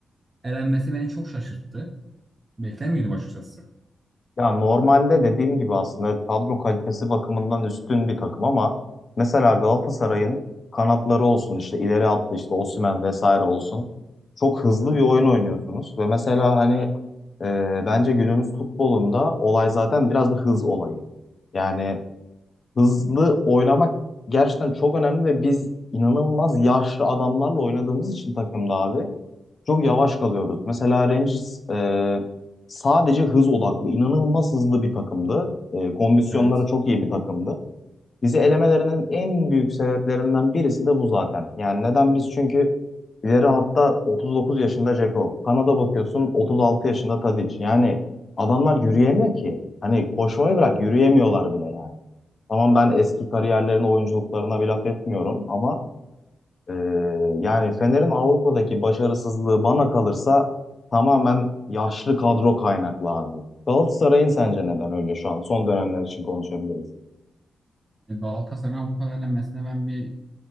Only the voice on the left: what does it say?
Ya normalde dediğim gibi aslında evet, kadro kalitesi bakımından üstün bir takım ama mesela Galatasaray'ın kanatları olsun işte ileri attı işte Osimhen vesaire olsun. Çok hızlı bir oyun oynuyorsunuz ve mesela hani Ee, bence günümüz futbolunda olay zaten biraz da hız olayı. Yani hızlı oynamak gerçekten çok önemli ve biz inanılmaz yaşlı adamlarla oynadığımız için takımda abi çok yavaş kalıyoruz. Mesela Rangers e, sadece hız odaklı, inanılmaz hızlı bir takımdı. E, kondisyonları
çok iyi bir takımdı. Bizi elemelerinin en büyük sebeplerinden birisi de bu zaten. Yani neden biz? Çünkü ileri hatta 39 yaşında Dzeko. Kanada bakıyorsun 36 yaşında Tadic. Yani adamlar yürüyemiyor ki. Hani koşmayı bırak yürüyemiyorlar bile yani. Tamam ben eski kariyerlerine, oyunculuklarına bir laf etmiyorum ama e, yani Fener'in Avrupa'daki başarısızlığı bana kalırsa tamamen yaşlı kadro kaynaklı abi. Galatasaray'ın sence neden öyle şu an? Son dönemler için konuşabiliriz.